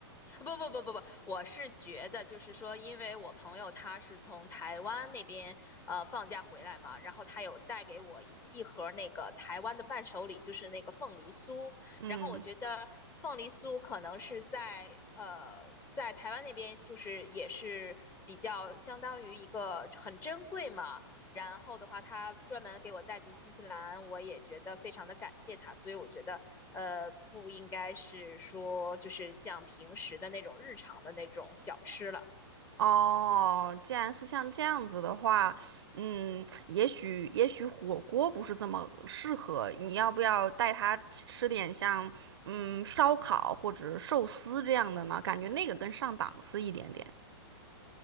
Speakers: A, on the left; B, on the right.
A: 不不不不不，我是觉得就是说，因为我朋友他是从台湾那边呃放假回来嘛，然后他有带给我一一盒那个台湾的伴手礼，就是那个凤梨酥。
B: 嗯。
A: 然后我觉得凤梨酥可能是在呃在台湾那边就是也是比较相当于一个很珍贵嘛，然后的话，他专门给我带进新西兰，我也觉得非常的感谢他。所以我觉得，呃，不应该是说就是像平时的那种日常的那种小吃了。
B: 哦，既然是像这样子的话，嗯，也许也许火锅不是这么适合，你要不要带他吃点像嗯烧烤或者寿司这样的呢？感觉那个更上档次一点点。